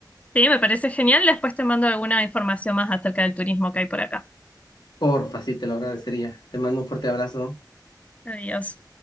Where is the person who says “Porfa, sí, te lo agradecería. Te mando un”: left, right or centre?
Left